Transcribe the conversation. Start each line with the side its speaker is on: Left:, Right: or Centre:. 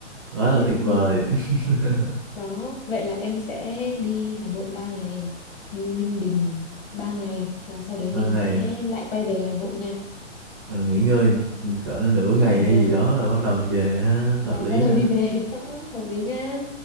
Right: Quá
Left: Chứ...
Right: là tuyệt vời.
Left: <laughs>
Right: <laughs>
Left: Đó, vậy là em sẽ đi Hà Nội 3 ngày, đi Ninh Bình 3 ngày và sau đấy
Right: ba
Left: mình
Right: ngày,
Left: sẽ lại quay về Hà Nội nha,
Right: rồi nghỉ ngơi, ừ, cỡ nửa ngày
Left: nghỉ
Right: hay
Left: ngơi.
Right: gì đó rồi bắt đầu về ha,
Left: là
Right: hợp lý
Left: bắt đầu
Right: ha,
Left: đi về <laughs> đó hợp lý nha